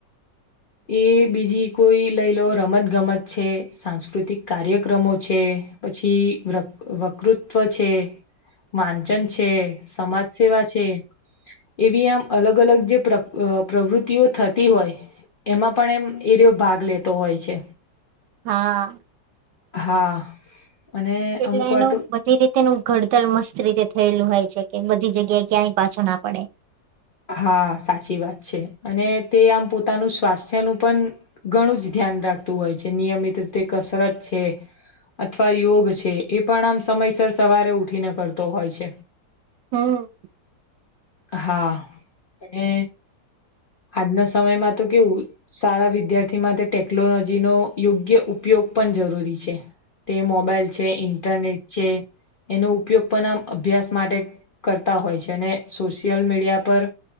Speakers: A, on the left (about 80°); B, on the right (about 80°).
A: એ બીજી કોઈ લઈ લો રમત ગમત છે સાંસ્કૃતિક કાર્યક્રમો છે પછી વ વકૃત્વ છે માનચન છે સમાજ સેવા છે એવી આમ અલગ અલગ જે પ્ર પ્રવૃતિઓ થતી હોય એમાં પણ એમ એરિયો ભાગ લેતો હોય છે
B: હા
A: હા અને
B: એટલે
A: અમુક
B: એનું
A: વાર તો
B: બધી રીતેનું ઘડતર મસ્ત રીતે થયેલું હોય છે કે બધી જગ્યાએ ક્યાંય પાછો ના પડે
A: હા સાચી વાત છે, અને તે આમ પોતાનું સ્વા છે, નું પણ ઘણું જ ધ્યાન રાખતું હોય છે, નિયમિત રીતે કસરત છે. અથવા યોગ છે, એ પણ આમ સમયસર સવારે ઉઠીને કરતો હોય છે.
B: હમ.
A: હા અને આજના સમયમાં તો કેવું સારા વિદ્યાર્થી માટે ટેકનોલોજીનો યોગ્ય ઉપયોગ પણ જરૂરી છે, તે મોબાઈલ છે, ઇન્ટરનેટ છે. એનો ઉપયોગ પણ આમ અભ્યાસ માટે કરતા હોય છે, અને સોશિયલ મીડિયા પર